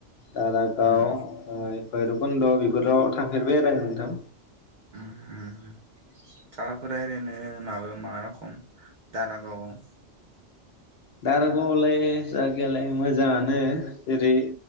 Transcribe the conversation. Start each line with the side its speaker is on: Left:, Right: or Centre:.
Left: दारागाव
Right: उम
Left: भैरबकुन्द बेफोराव थांफेरबाय आरो नोंथां।
Right: ओहो ओमहो जागाफोरा ओरैनो माबा मा रखम दारागावाव?
Left: दारगावआवलाय जायगायालाय मोजाङानो जेरै